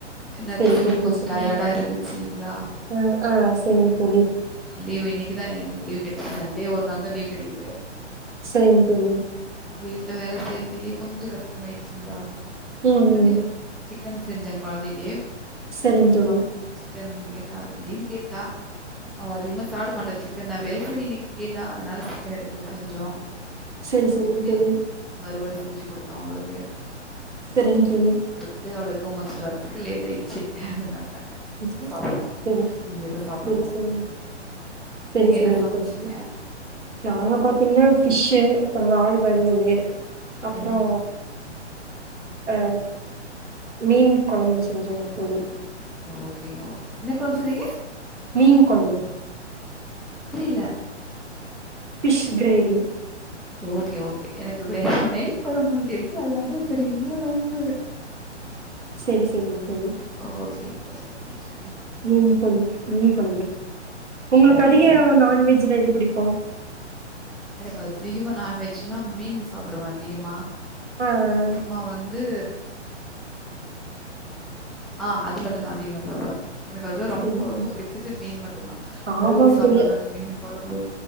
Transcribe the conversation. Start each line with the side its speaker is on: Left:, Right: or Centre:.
Centre: என்ன
Right: சரி
Centre: திசு
Right: சரிங்
Centre: கொஞ்ச
Right: தோழி
Centre: டயர்டா இருந்துச் ங்களா
Right: ஆ ஆ சரிங்
Centre: அவுங்க
Right: தோழி
Centre: லீவ் இன்னைக்குதா எனக்கு லீவ் கெடைச்சது சன்டே ஒரு நாள் தா லீவ் கெடைக்குது
Right: செரிங் தோழி
Centre: வீட்ல வேல செய்றதுக்கே கொஞ்சோ கஷ்டமாயிடுச்சுங்களா அதனால
Right: ம் ம்
Centre: அது சிக்கன் செஞ்சே கொழந்தைக்கு
Right: சரிங் தோழி
Centre: பாப்பா சிக்கன் கேட்டா திடீர்னு கேட்டா அவ அதிகமா சாப்ட மாட்டா சிக்கன்னாவே சேரி இன்னைக்கி கேட்டா அதனால சிக்கன் எடுத்து செஞ்சோ
Right: சரி
Centre: செஞ்சுட்டு
Right: சரிங் தோழி
Centre: வறுவல் செஞ்சு குடுத்தோ அவளுக்கு
Right: செரிங்க தோழி
Centre: தொட்டு அவள தூங்க வச்சுட்டு வரதுக்கு லேட் ஆயிருச்சு அதனால தாங்க.
Right: சேரி
Centre: சாப்பிடணும். இனிமே தான் சாப்பிடணும்.
Right: சேரி சேரி செரி
Centre: நீங்க
Right: செரிங்க
Centre: என்ன சமைச்சீங்க?
Right: தோழி நாங்க பாத்தீங்கன்னா ஃபிஷ்ஷு அப்பறோ இரால் வறுவலு அப்பறோ
Centre: ம்.
Right: அ மீன் கொழம்பு செஞ்சோங்க தோழி
Centre: ஓகேங்க ஓகே என்ன குழம்பு சொன்னீங்க
Right: மீன் கொழம்பு
Centre: புரில
Right: ஃபிஷ் கிரேவி
Centre: ஓகே ஓகே எனக்கு வேறே நெய் கொழம்புன்னு கேட்டுச்சு அதனாலதா சேரி என்னடானு
Right: சேரி சேரிங்க தோழி
Centre: ஓகே ஓகேனு சொல்லிரு
Right: மீன் கொழு மீன் கொழம்பு உங்களுக்கு
Centre: ஓகே,
Right: அதிக
Centre: ஓகே.
Right: நான்வெஜ்ல எது பிடிக்கு
Centre: எனக்கு அதிகமா நான்வெஜ்னா மீன் சாப்டுவே அதிகமா
Right: ஆ ஆ
Centre: அப்பறமா வந்து ஆ அது மட்டுதா அதிகமா சாப்புடுவே எனக்கு அது ரொம்ப
Right: சரி சரி.
Centre: ரொம்ப பிடிச்சது மீன் மட்டுதா
Right: ஆமாங்க
Centre: வறுவல் சாப்பிடுவே
Right: தோழி.
Centre: மீன் குழம்பு